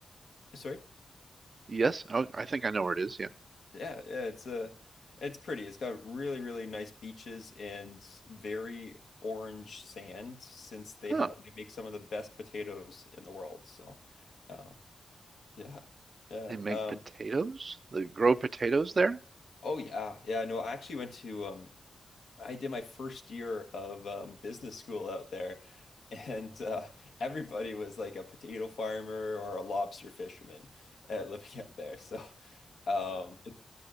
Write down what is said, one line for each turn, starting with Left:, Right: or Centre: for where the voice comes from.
Left: Sorry,
Right: Yes, oh, I think I know where it is. Yeah.
Left: yeah, yeah, it's uh, it's pretty. It's got really, really nice beaches and very orange sand since they
Right: Huh.
Left: have they make some of the best potatoes in the world. So, um, yeah, yeah.
Right: They make
Left: Um,
Right: potatoes? They grow potatoes there?
Left: oh yeah, yeah. No, I actually went to um, I did my first year of um, business school out there, and uh, everybody was like a potato farmer or a lobster fisherman uh, living <laughs> out there. So um, it's